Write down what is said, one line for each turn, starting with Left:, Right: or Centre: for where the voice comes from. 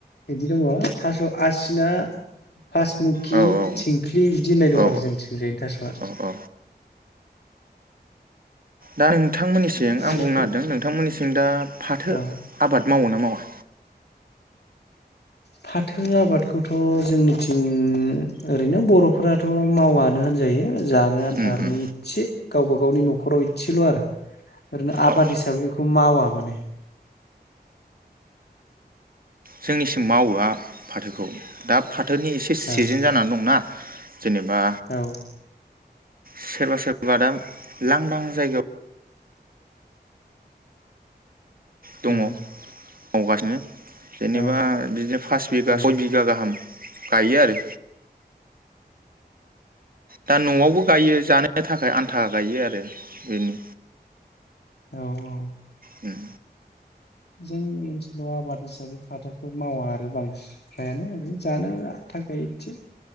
Left: बिदि दङ थास आसिना फासमुखि
Right: औ औ
Left: थिंख्लि बिदि होननाय दं
Right: औ
Left: आरो जोंनिथिंजायनि थासआ।
Right: औ औ दा नों थांमोननिसिं
Left: दा
Right: आं
Left: बेफोर
Right: बुंनो नागिरदों नोंथांमोननि सिं दा फाथो
Left: औ
Right: आबाद मावो ना मावा?
Left: फाथो आबादखौथ जोंनिथिं ओरैनो बर'फोराथ मावानो होनजायो जानो आन्थारनो
Right: उम उम
Left: इसे गावबा गावनि न'खराव इसेल आरो ओरैनो आबाद
Right: औ
Left: हिसाबै बेखौ मावा माने।
Right: जोंनिसिम मावोआ फाथोखौ दा फा थोनि एसे सिजेन
Left: ओ
Right: जानानै दंना। जेनेबा
Left: औ
Right: सोरबा सोरबा दाम लांदां जायगाव दङ'
Left: उम
Right: मावगासिनो जेनेबा
Left: औ
Right: बिदिनो फास बिगा
Left: औ
Right: सय बिगा गाहाम गायो आरो। दा न'आवबो गायो जानो थाखाय आन्था गायो आरो। बेनो।
Left: औ औ।
Right: उम
Left: जोंनि ओनसोलाव आबाद हिसाबै फाथोखौ मावा आरो बांसि फ्रायानो ओरै जानो आथा गायो इसे